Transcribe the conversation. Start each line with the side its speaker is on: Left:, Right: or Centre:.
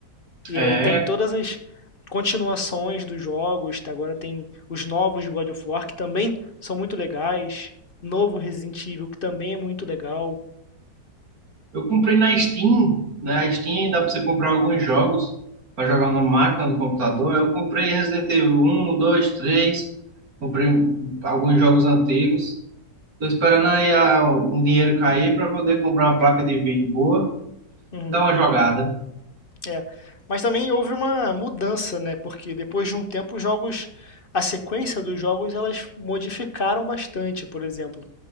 Left: E
Right: É,
Left: aí tem todas as continuações dos jogos, tá? agora tem os novos de God of War que também são muito legais, novo Resident Evil que também é muito legal.
Right: Eu comprei na Steam, né? A Steam dá pra você comprar alguns jogos pra jogar na máquina, no computador. Eu comprei Resident Evil um, 2, 3. comprei um, alguns jogos antigos. Tô esperando aí ah, um dinheiro cair pra poder comprar uma placa de vídeo boa,
Left: Uhum.
Right: dar uma jogada.
Left: É, mas também houve uma mudança, né? Porque depois de um tempo os jogos, a sequência dos jogos, elas modificaram bastante, por exemplo.